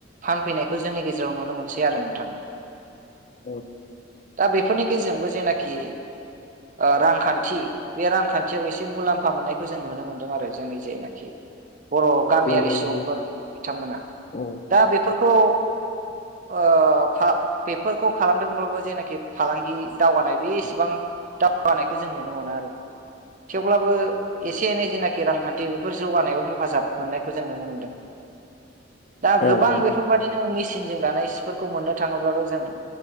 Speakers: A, on the right; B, on the left.
A: फानफैनायखौ जोंनि गेजेराव नुनो मोनसै आरो नोंथां
B: <unintelligible>
A: दा बेफोरनि गेजेरजोंबो जेनाखि ओ रांखान्थि बे रांखान्थि खान्थियाव एसे मुलाम्फा मोननायखौ जों नुनो मोन्दों आरो जोंनि जेनाखि बर गामियारि
B: नंगौ
A: सुबुंफोर
B: नंगौ
A: बिथांमोना
B: औ
A: दा बेफोरखौ ओ फा-बेफोरखौ खालामदोंब्लाबो जेनाखि फालांगि दावगानाय बे एसेबां दावगानायखौ जों नुनो मोना आरो थेवब्लाबो एसे एनै जेनाखि रांखान्थि बेफोर जौगानायाव हेफाजाब मोननायखौ जों नुनो मोनदों
B: <unintelligible>
A: दा गोबां
B: औ औ
A: बेफोरबायाददिनो मेसिनजों दानाय सिफोरखौ मोननो थाङोब्लाबो जोङो